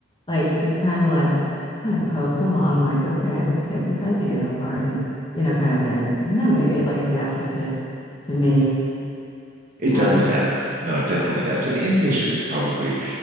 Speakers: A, on the left; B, on the right.
A: like just kind of like kind of poked along, like, okay, let's take this idea apart and you know, kind of thing. I don't know, maybe it like adapted to to me.
B: It
A: Um,
B: does adapt. No, it definitely adapts. And impatient is probably